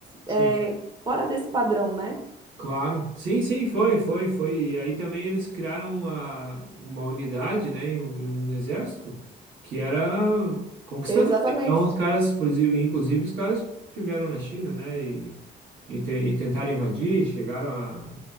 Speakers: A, on the right; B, on the right.
A: é,
B: sim.
A: fora desse padrão, né?
B: Claro. Sim, sim, foi, foi, foi. E aí também eles criaram uma, uma unidade, né, e um, e um exército que era conquistador.
A: Exatamente.
B: Então, os caras, por exemplo, inclusive, os caras estiveram na China, né, e, e, te- e tentaram invadir, chegaram a,